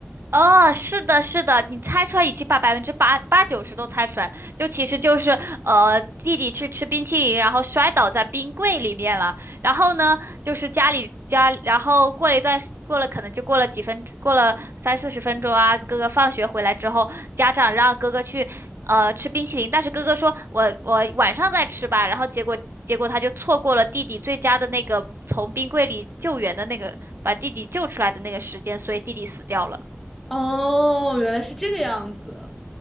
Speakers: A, on the right; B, in the centre.
A: 哦，是的，是的，你猜出来已经把百分之八八九十都猜出来，就其实就是呃，弟弟去吃冰淇淋，然后摔倒在冰柜里面了。然后呢，就是家里家，然后过了一段时过了可能就过了几分，过了三四十分钟啊，哥哥放学回来之后，家长让哥哥去呃吃冰淇淋，但是哥哥说我我晚上再吃吧，然后结果。结果他就错过了弟弟最佳的那个从冰柜里救援的那个，把弟弟救出来的那个时间，所以弟弟死掉了。
B: 哦，原来是这个样子。